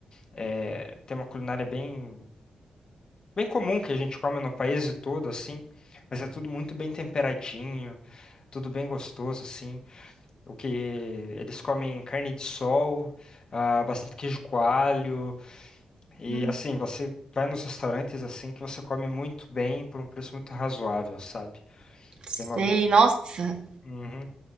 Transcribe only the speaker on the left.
É, tem uma culinária bem bem comum que a gente come no país todo, assim, mas é tudo muito bem temperadinho, tudo bem gostoso, assim. O que eles comem carne de sol, ah, bastante queijo coalho, e
assim, você vai nos restaurantes assim que você come muito bem por um preço muito razoável, sabe?
Tem uma-
Uhum.